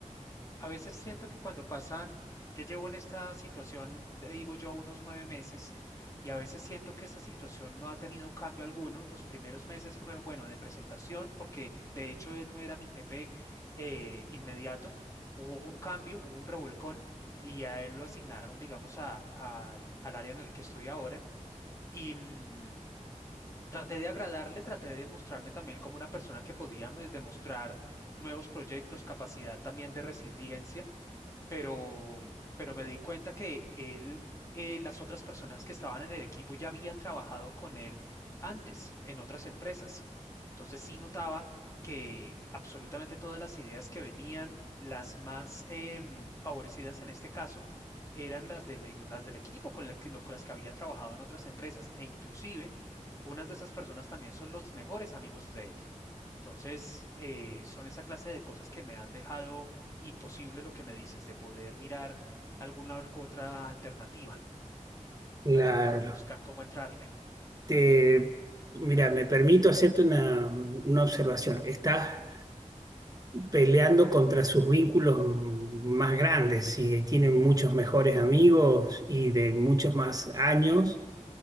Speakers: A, on the left (about 25°); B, on the right (about 30°).
A: A veces siento que cuando pasan, ya llevo en esta situación, te digo yo, unos nueve meses, y a veces siento que esa situación no ha tenido cambio alguno. Los primeros meses fueron, bueno, de presentación, porque de hecho él no era mi jefe eh, inmediato. Hubo un cambio, hubo un revolcón, y a él lo asignaron, digamos, a, al al área en el que estoy ahora. Y mm, traté de agradarle, traté de mostrarme también como una persona que podía me- demostrar nuevos proyectos, capacidad también de resiliencia pero, pero me di cuenta que él, eh, las otras personas que estaban en el equipo ya habían trabajado con él antes en otras empresas. Entonces sí notaba que absolutamente todas las ideas que venían, las más em, favorecidas en este caso, eran las del, e, las del equipo con, las que, lo- con las que había trabajado en otras empresas e inclusive unas de esas personas también son los mejores amigos de él. Entonces, eh, son esa clase de cosas que me han dejado imposible lo que me dices, de poder mirar alguna or- otra alternativa
B: Claro.
A: para, para buscar cómo entrarle.
B: Te, mira, me permito hacerte una, una observación. Estás peleando contra sus vínculos más grandes y tienen muchos mejores amigos y de muchos más años.